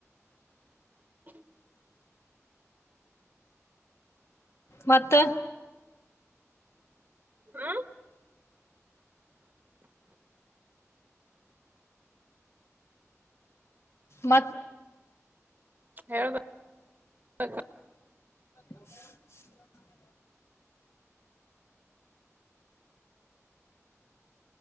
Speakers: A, on the right (about 35°); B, on the left (about 55°).
A: ಹ
B: ಮತ್ತೆ
A: ಹಾ
B: ಮ
A: ಹೇಳ್ಬೇಕ
B: ಹ